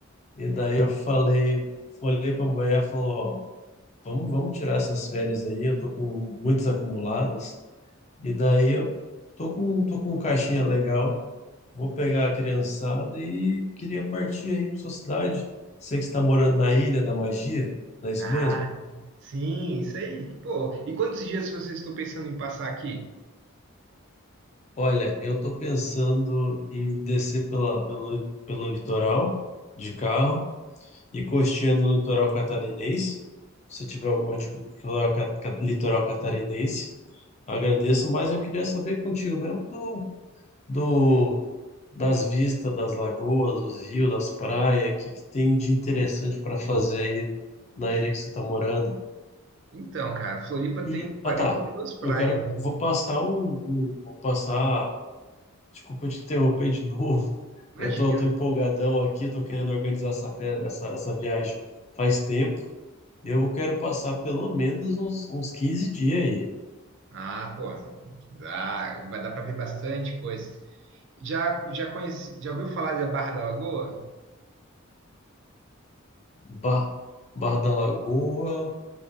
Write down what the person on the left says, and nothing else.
E daí eu falei, olhei pra mulher, ela falou, ó, vamos, vamos tirar essas férias aí, eu tô com muitas acumuladas. E daí eu tô com, tô com um caixinha legal. Vou pegar a criançada e queria partir aí para sua cidade. Sei que você está morando na Ilha da Magia, não é isso
mesmo?
Olha, eu tô pensando em descer pela, pelo, pelo litoral de carro e costeando no litoral catarinense. Se tiver alguma dica do litoral ca- ca- litoral catarinense, agradeço, mas eu queria saber contigo mesmo do do das vistas das lagoas, dos rios, das praias, o que, que tem de interessante para fazer aí na ilha que você está morando.
E,
ah tá,
eu quero,
vou passar um, um- vou passar, desculpa te interromper de <laughs> novo,
eu tô, tô empolgadão aqui, tô querendo organizar essa, fe- essa, essa viagem faz tempo, eu quero passar pelo menos uns, uns 15 dias aí,
Bar, Bar da Lagoa,